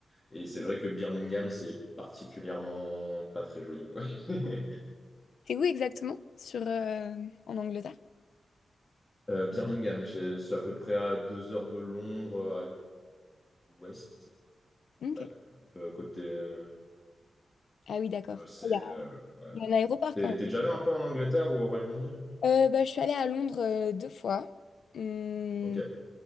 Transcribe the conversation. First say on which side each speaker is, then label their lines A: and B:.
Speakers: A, on the left (about 15°); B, on the left (about 85°).
A: Et c'est vrai que Birmingham, c'est particulièrement pas très joli, quoi. <laughs>
B: T'es où exactement sur, euh, en Angleterre?
A: Euh, Birmingham, c'est c'est à peu près à deux heures de Londres, à l'ouest.
B: Ok.
A: Ouais. Euh, côté. euh,
B: Ah oui, d'accord.
A: euh, c'est.
B: Il
A: euh,
B: y a
A: ouais.
B: il y a un aéroport
A: T'es
B: quand
A: t'es déjà allé un peu en Angleterre ou au Royaume-Uni? hein
B: même. Euh, bah, je suis allée à Londres euh, deux fois, Hum,
A: Ok.